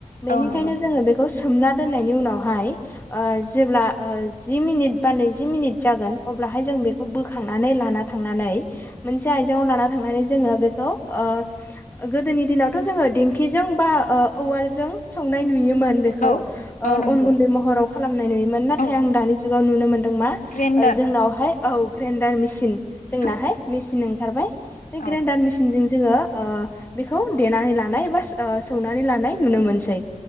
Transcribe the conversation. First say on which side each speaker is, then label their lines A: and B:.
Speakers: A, on the left; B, on the left.
A: बेनिखायनो
B: औ नंगौ
A: जोङो बे खौ सोमना दोननायनि उनावहाय ओ जेब्ला ओ जि मिनिट बा नैजि मिनिट जागोन अब्ला हाय जों बेखौ बोखांनानै लाना थांनानै मोनसे आयजेंआव लाना थांनानै जोङो बेखौ ओ गोदोनि दिनावथ' जोङो दिंखिजों बा ओ उवालजों सौनाय नुयोमोन। बेखौ
B: औ
A: ओ
B: औ नंगौ
A: अन गुन्दै महराव खालामनाय नुयोमोन नाथाय
B: औ
A: आं दानि जुगाव नुनो मोनदों मा
B: ग्रेन्डार
A: ओ जोंनावहाय औ ग्रेन्डार मेचन जोंनाहाय
B: औ
A: मेचिन ओंखारबाय। बे
B: औ
A: ग्रेन्दार मिस थोंजों जोङो ओ बिखौ देनानै लानाय बास ओ सौनानै लानाय नुनो मोनसै